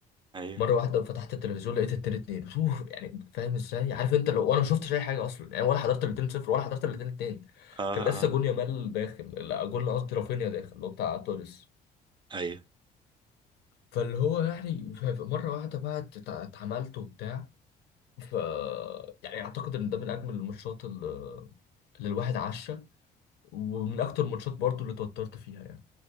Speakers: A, on the right; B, on the left.
A: ايوه
B: مرة واحدة فتحت التلفزيون لقيت التلاتة اتنين شوف يعني فاهم ازاي عارف انت لو وانا ما شفتش اي حاجة اصلا يعني ولا حضرت الاتنين صفر ولا حضرت الاتنين اتنين
A: اه
B: كان لسه
A: اه
B: جون يامال داخل لا جون قصدي رافينيا داخل اللي هو بتاع تونس
A: ايوه
B: فاللي هو يعني ف- ف- مرة واحدة بقى ات- اتعملت وبتاع ف يعني اعتقد ان ده من اجمل الماتشات اللي اللي الواحد عاشها ومن اكتر الماتشات برضو اللي اتوترت فيها يعني